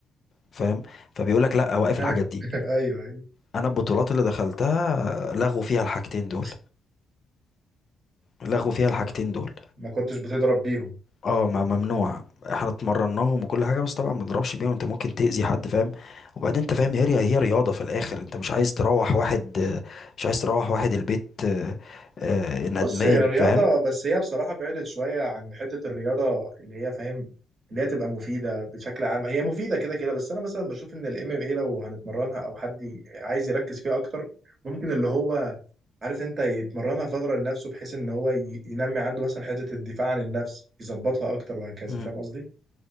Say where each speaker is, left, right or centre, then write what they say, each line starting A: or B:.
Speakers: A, on the left (about 45°); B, on the right (about 40°).
A: فاهم فبيقولك لا وقف
B: <laughs>
A: الحاجات دي
B: ايوه ايوه
A: انا البطولات اللي دخلتها آه، لغوا فيها الحاجتين دول
B: بس
A: لغوا فيها الحاجتين دول
B: ما كنتش بتضرب بيهم
A: اه ما ممنوع احنا اتمرناهم وكل حاجه بس طبعا ما تضربش بيهم انت ممكن تاذي حد فاهم وبعدين انت فاهم هي هي رياضه في الاخر انت مش عايز تروح واحد مش عايز تروح واحد البيت آه، آه، ندمان
B: بص هي رياضة
A: فاهم
B: بس هي بصراحة بعدت شوية عن حتة الرياضة اللي هي فاهم اللي هي تبقى مفيدة بشكل عام هي مفيدة كده كده بس أنا مثلا بشوف إن الام ام اي لو هنتمرنها أو حد ي- عايز يركز فيها أكتر ممكن اللي هو عارف أنت يتمرنها فترة لنفسه بحيث إن هو ي- ينمي عنده مثلا حتة الدفاع عن النفس يظبطها أكتر وهكذا
A: مم.
B: فاهم قصدي؟